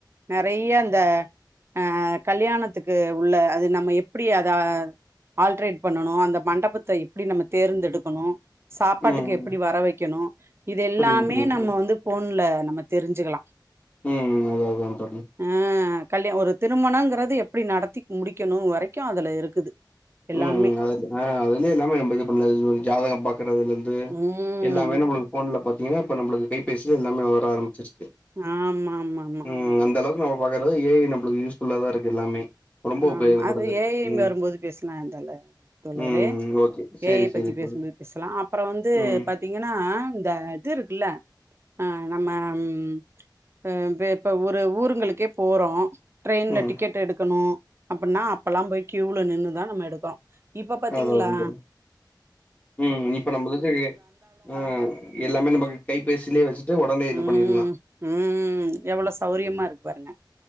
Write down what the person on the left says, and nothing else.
ம்
புரியுது புரியுது புரியுது
ம் ம் ம் அதா தோழி
ம் ம் அது அ அதுக்கே இல்லாம நம்ம இது பண்ணல ஜாதகம் பாக்கறதுலருந்து இது
எல்லாமே நம்மளுக்கு போன்ல பாத்தீங்கனா இப்ப நம்மளுக்கு கைப்பேசில எல்லாமே வர ஆரம்பிச்சிருச்சு
ம் அந்தளவுக்கு நம்ம பாக்கறது ஏ ஐ நம்பளுக்கு யூஸ்ஃபுல்லாதா தா இருக்கு எல்லாமே ரொம்ப
உபயோகப்படுது
ம்
ம் ஓகே சேரி
சேரி
தோழி
ம்
ம்
அதா அதா தோழி ம் இப்ப நம்மளதேடி ம் எல்லாமே நம்ம கைபேசிலயே வெச்சுட்டு ஒடனே இது
பண்ணிடலா